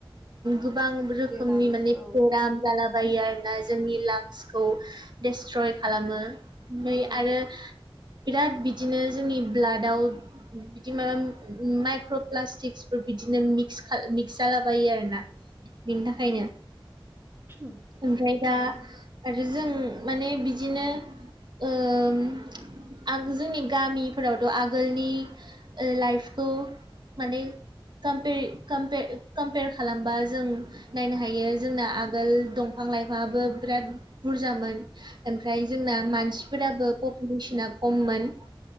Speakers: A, on the right; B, on the right.
A: गोबां रोखोमनि
B: जेराम
A: माने
B: औ औ
A: बेराम जालाबायो आरोना जोंनि लाक्सखौ डेस्ट्रय खालामो ओमफाय
B: औ
A: आरो बिराद बिदिनो जोंनि ब्लाडआव बिदि माबा माइक्र' प्लास्टिक्सफोर बिदिनो मिस मिक्स जालाबायो आरो ना बिनि थाखायनो
B: <inaudible>
A: ओमफ्राय दा आरो जों माने बिदिनो ओम आ जोंनि गामिफोरावथ' आगोलनि लाइफखौ माने कमपयार कमपयार कमपयार खालामबा जों नायनो हायो जोंना आगोल दंफां लाइफाङाबो बिराद बुरजामोन ओमफ्राय जोंना
B: औ
A: मानसिफोराबो मिसिना खममोन